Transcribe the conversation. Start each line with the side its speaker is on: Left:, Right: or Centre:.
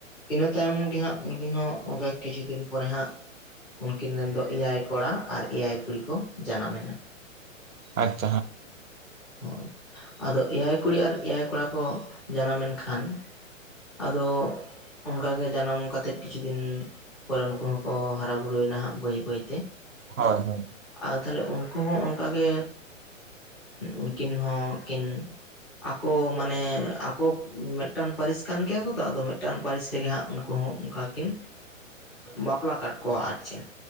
Centre: ᱤᱱᱟᱹ ᱛᱟᱭᱚᱢ ᱜᱮ ᱦᱟᱸᱜ ᱩᱱᱠᱤᱱ ᱦᱚᱸ ᱚᱱᱠᱟ ᱠᱤᱪᱷᱩ ᱫᱤᱱ ᱯᱚᱨᱮ ᱦᱟᱸᱜ ᱩᱱᱠᱤᱱ ᱨᱮᱱ ᱫᱚ ᱮᱭᱟᱭ ᱠᱚᱲᱟ ᱟᱨ ᱮᱭᱟᱭ ᱠᱩᱲᱤ ᱠᱚ ᱡᱟᱱᱟᱢᱮᱱᱟ ᱾
Right: ᱟᱪ
Centre: ᱦᱳᱭ ᱟᱫᱚ ᱮᱭᱟᱭ ᱠᱩᱲᱤ ᱟᱨ ᱮᱭᱟᱭ ᱠᱚᱲᱟ ᱠᱚ ᱡᱟᱱᱟᱢᱮᱱ ᱠᱷᱟᱱ ᱟᱫᱚ ᱚᱱᱠᱟᱜᱮ ᱡᱟᱱᱟᱢ ᱠᱟᱛᱮᱫ ᱠᱤᱪᱷᱩ ᱫᱤᱱ ᱾ ᱯᱚᱨᱮ ᱩᱱᱠᱩ ᱦᱚᱸᱠᱚ ᱦᱟᱨᱟ ᱵᱩᱨᱩᱭ ᱱᱟᱦᱟᱸᱜ ᱵᱟᱹᱭ ᱵᱟᱹᱭᱛᱮ ᱾
Right: ᱦᱳᱭ ᱦᱳᱭ
Centre: ᱟᱫᱚ ᱛᱟᱞᱮ ᱩᱱᱠᱩ ᱦᱚᱸ ᱚᱱᱠᱟᱜᱮ ᱩᱱᱠᱤᱱ ᱦᱚᱸᱠᱤᱱ ᱾ ᱟᱠᱚ ᱢᱟᱱᱮ ᱟᱠᱚ ᱢᱤᱫᱴᱟᱝ ᱯᱟᱹᱨᱤᱥ ᱾ ᱠᱟᱱ ᱜᱮᱭᱟ ᱠᱚ ᱛᱚ ᱟᱫᱚ ᱢᱤᱫᱴᱟᱝ ᱯᱟᱹᱨᱤᱥ ᱨᱮᱜᱮ ᱦᱟᱸᱜ ᱩᱱᱠᱩ ᱦᱚᱸ ᱚᱱᱠᱟ ᱠᱤᱱ ᱵᱟᱯᱞᱟ ᱠᱟᱜ ᱠᱚᱣᱟ ᱟᱨ ᱪᱮᱱ